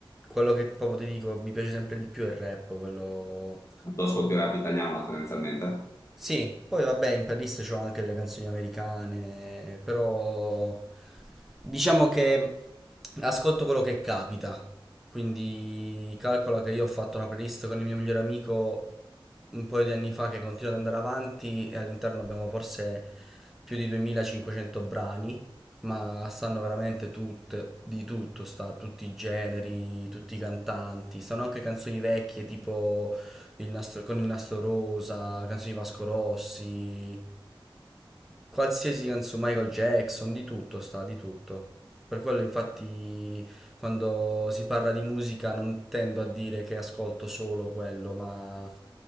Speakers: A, in the centre; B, on the left.
A: quello che proprio ti dico mi piace sempre di più è il rap, quello
B: Tu ascolti rap italiano tendenzialmente?
A: Sì, poi vabbè, in playlist c'ho anche delle canzoni americane, però diciamo che ascolto quello che capita. Quindi calcola che io ho fatto una playlist con il mio migliore amico un paio di anni fa che continua ad andare avanti e all'interno abbiamo forse più di 2500 brani, ma stanno veramente tutte, di tutto, sta tutti i generi, tutti i cantanti, stanno anche canzoni vecchie tipo il nastro- con il nastro rosa, canzoni di Vasco Rossi, qualsiasi canzone, Michael Jackson, di tutto sta, di tutto. Per quello infatti quando si parla di musica non tendo a dire che ascolto solo quello, ma